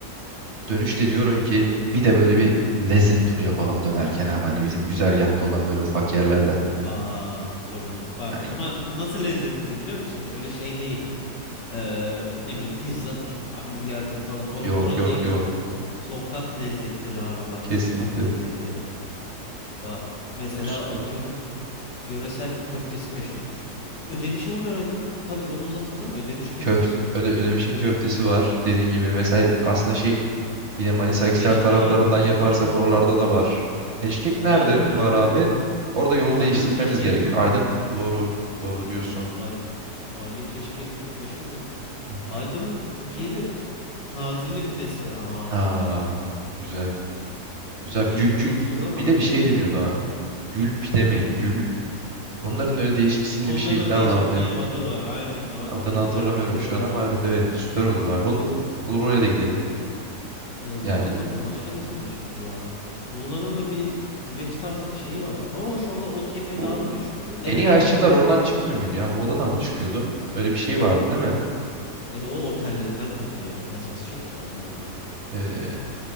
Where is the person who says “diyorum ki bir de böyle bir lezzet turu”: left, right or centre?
Right